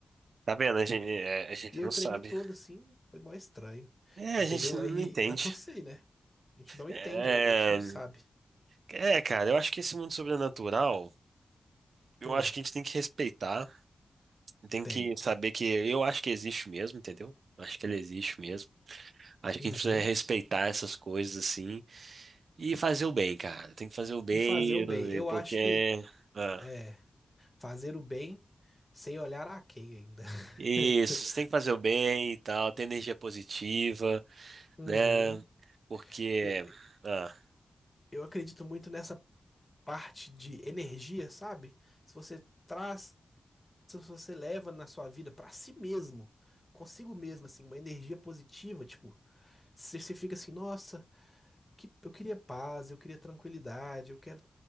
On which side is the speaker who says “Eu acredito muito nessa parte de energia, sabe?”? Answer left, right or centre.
Left